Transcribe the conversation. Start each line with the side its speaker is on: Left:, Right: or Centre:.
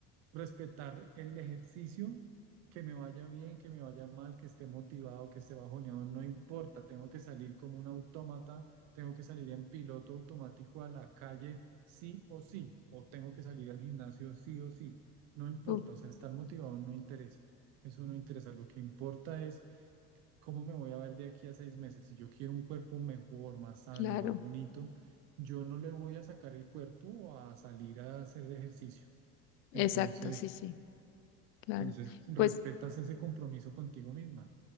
Right: respetar el ejercicio, que me vaya bien, que me vaya mal, que esté motivado, que esté bajoneado, no importa, tengo que salir como un autómata, tengo que salir en piloto automático a la calle sí o sí, o tengo que salir al gimnasio sí o sí, no importa,
Left: Uf,
Right: o sea, estar motivado no interesa. Eso no interesa, lo que importa es cómo me voy a ver de aquí a seis meses. Si yo quiero un cuerpo mejor, más sano,
Left: claro,
Right: más bonito, yo no le voy a sacar el cuerpo a salir a hacer ejercicio. Entonces,
Left: exacto, sí, sí, claro.
Right: entonces, respetas
Left: Pues
Right: ese compromiso contigo misma.